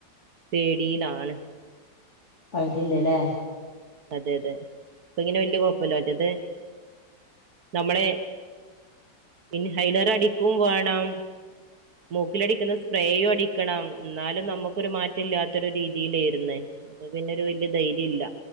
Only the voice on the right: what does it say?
പേടിയിലാണ്.
അതെ അതെ പ്പൊ ങ്ങനെ വല്ല്യ കൊഴപ്പല്യാ മറ്റത്. നമ്മളെ ഇൻ ഹൈലർ അടിക്കും വേണം. മൂക്കിലടിക്കണ സ്പ്രേയും അടിക്കണം ന്നാലും നമ്മ ക്കൊരു മാറ്റം ഇല്ലാത്തൊരു രീതിയിലേ ര് ന്ന് അപ്പൊ പിന്നെരു വല്യ ധൈര്യല്ല